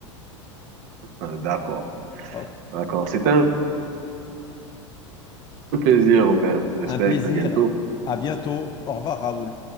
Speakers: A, on the right (about 50°); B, on the left (about 25°).
A: Euh, D'accord,
B: Oh,
A: d'accord. C'était un plaisir, Robert. J'espère
B: un plaisir.
A: que très bientôt.
B: À bientôt. Au revoir, Raoul.